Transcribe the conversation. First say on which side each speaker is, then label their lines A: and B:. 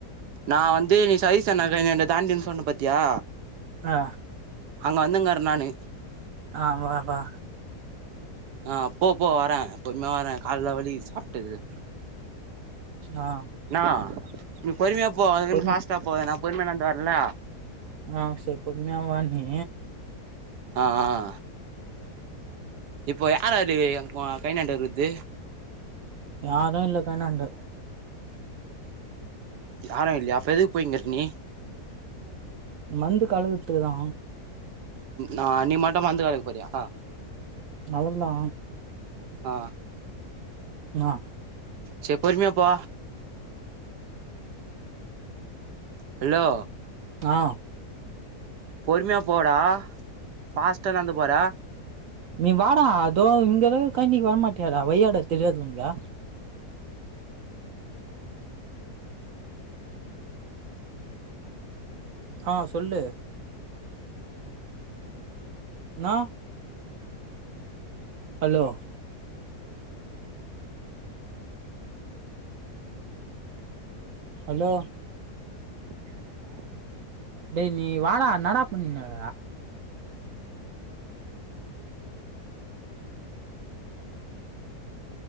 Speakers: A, on the right (about 85°); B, on the right (about 65°).
A: நா வந்து நீ சதீஷன்னா கடையாண்ட தாண்டின் சொன்ன பத்தியா
B: ஆ
A: அங்க வந்தின்ங்கர நானு
B: ஆ அங்கவாடா அங்கவாடா
A: ஆ போ போ வர பொறுமைய வர கால்லா வலிகுது சாப்ட்டது
B: ஆ
A: நா நீ பொறுமையா போ அதுக்குன்னு
B: பொறு
A: ஃபாஸ்டா போவேனா நா பொறுமையா நடந் தெர்ல
B: ஆ ச பொறுமையா வா நீ
A: ஆ ஆ ஆ இப்போ யாராறு ஓ கைநாண்ட இருக்கற்து
B: யாரு இல்ல கைநாண்ட
A: யாரு இல்லையா அப்ப எதுக்கு போயின்கற நீ
B: மந்து கலக்குத்துகு தா
A: நா நீ மட்டு மந்து கலக்க போறியா
B: அவ்வள் தா
A: ஆ
B: ன்னா
A: செர் பொறுமையா போ ஹல்லோ
B: ஆ
A: பொறுமையா போடா பாஸ்டா நடந்து போற
B: நீ வாடா இதோ இங்க தாருக் கழனிக்கு வரமாட்டியாடா வய்யாடா தெரியாது ஒனுக்கு ஆ சொல்லு நா ஹலோ ஹலோ
A: கேக்குதாடா
B: டேய் நீ வாடா என்னாடா பண்ணுகுற